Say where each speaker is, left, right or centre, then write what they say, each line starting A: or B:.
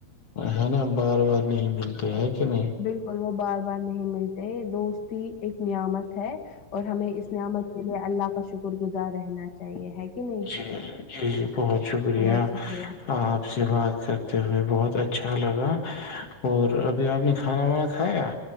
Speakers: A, on the left; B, on the left.
A: ہے نا بار بار نہیں ملتے ہیں کہ نہیں
B: بالکل ب بار بار نہیں ملتے دوستی ایک نعمت ہے اور ہمیں اس نعمت کے لیے اللہ کا شکر گزار رہنا چاہیے ہے کہ نہیں
A: جی جی بہت شکریہ
B: بہت شکریہ
A: آپ سے بات کرتے ہوئے بہت اچھا لگا اور ابھی آپ نے کھانا وانا کھایا